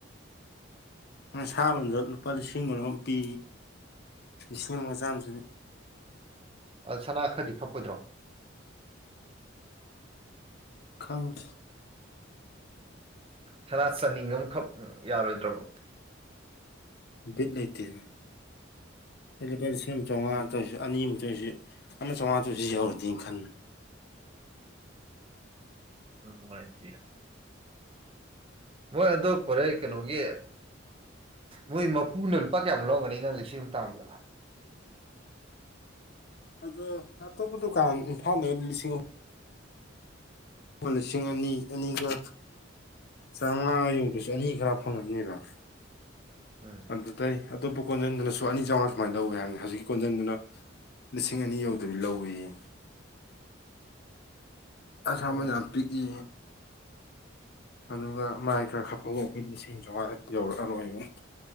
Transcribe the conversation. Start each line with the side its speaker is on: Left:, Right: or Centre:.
Left: ꯁꯥ ꯑꯃꯗ ꯂꯨꯄꯥ ꯂꯤꯁꯤꯡ ꯃꯔꯣꯝ ꯄꯤ ꯏꯁꯤꯡ ꯃ ꯆꯁꯤꯅꯤ
Right: ꯑ ꯁꯅꯥ ꯈꯔꯗꯤ ꯈꯞꯄꯨꯗ꯭ꯔꯣ
Left: ꯈꯪ
Right: ꯁꯅꯥ ꯆꯥꯅꯤꯡꯕ ꯑꯃꯈꯛ ꯌꯥꯔꯣꯏꯗ꯭ꯔꯕ
Left: ꯕꯤꯠ ꯂꯩꯇꯦꯅ ꯏꯂꯤꯕ ꯂꯤꯁꯤꯡ ꯑꯃ ꯆꯥꯝꯃꯉꯥ ꯅꯗꯁꯨ ꯑꯅꯤꯃꯨꯛꯇꯣꯏꯁꯤ ꯑꯃ ꯆꯥꯝꯃꯉꯥ ꯇꯣꯏꯁꯤ ꯌꯧꯔꯗꯦꯅ ꯈꯟꯂ
Right: ꯎꯝ ꯃꯠꯇ ꯃꯣꯏ ꯑꯗꯣ ꯐꯣꯔꯦꯟ ꯀꯩꯅꯣꯒꯤ ꯃꯣꯏ ꯃꯄꯨꯅ ꯂꯨꯄꯥ ꯀꯌꯥꯝ ꯂꯧꯒꯅꯤ ꯅꯪ ꯂꯤꯁꯤꯡ ꯇ ꯑꯃꯂ
Left: ꯑ ꯑꯇꯣꯞꯄ ꯗꯨꯀꯥꯟ ꯏꯝꯐꯥꯜꯗꯒ ꯂꯤꯁꯤꯡ ꯑꯍꯨꯝ ꯑꯃ ꯂꯤꯁꯤꯡ ꯑꯅꯤ ꯑꯅꯤꯒ ꯆꯥꯝꯃꯉꯥ ꯌꯧꯗꯁꯨ ꯑꯅꯤ ꯈꯔ ꯐꯪꯒꯅꯦꯕ
Right: <inaudible> ꯎꯝ
Left: ꯑꯝꯇ ꯇꯩ ꯑꯇꯣꯞꯄ ꯀꯣꯟꯖꯟꯗꯨꯅꯁꯨ ꯑꯅꯤ ꯆꯥꯝꯃꯉꯥ ꯁꯨꯃꯥꯏꯅ ꯂꯧꯋꯦ ꯍꯥꯏꯕꯅꯤ ꯍꯧꯖꯤꯛꯀꯤ ꯀꯣꯟꯖꯟꯗꯨꯅ ꯂꯤꯁꯤꯡ ꯑꯅꯤ ꯌꯧꯗꯕꯤ ꯂꯧꯋꯤꯌꯦ
Right: <inaudible>
Left: ꯑꯃꯅ
Right: ꯑꯣ
Left: ꯄꯤꯛꯏ
Right: <inaudible>
Left: ꯑꯗꯨꯒ ꯃꯥꯏ ꯈꯔ ꯈꯐꯧꯕ ꯑꯩꯈꯣꯏ ꯂꯤꯁꯤꯡ ꯆꯥꯝꯃꯉꯥ ꯌꯧꯔꯛꯑꯔꯣꯏꯕ